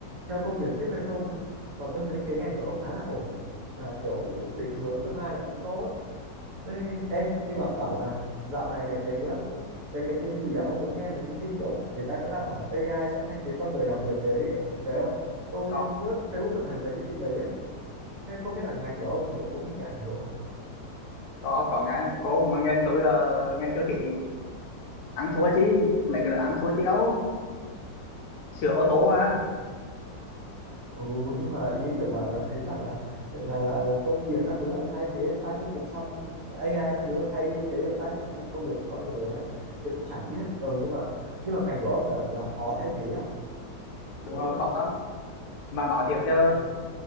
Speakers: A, on the right; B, on the left.
A: theo công việc tiếp hay không ấy còn tôi thấy cái ngành của ông khá là ổn mà kiểu định hướng tương lai là cũng tốt Ê, ê nhưng mà bảo là dạo này này cái um, cái cái cái gì à ông có nghe mấy cái tin kiểu người ta có đăng là AI sẽ thay thế con người làm việc đấy đấy không tôi
B: có
A: lướt Facebook và thấy mấy cái tin đấy á thế không biết là ngành của ông thì liệu có bị ảnh hưởng không
B: có có nghe cô mà nghe tôi là nghe cơ khí ăn thua chứ mấy cái nữa ăn thua chứ đâu sửa ô tô mà
A: Ừ, nhưng mà ý kiểu bảo là thấy bảo là là là công việc các thứ là thay thế được bao nhiêu phần trăm AI các thứ là thay thế được bao nhiêu phần trăm công việc của con người á thì cũng chả biết ừ nhưng mà nhưng mà ngành của ông là là khó thay thế à
B: đúng
A: đúng
B: rồi
A: không
B: khó lắm mà nói thiệt chứ
A: Ừ.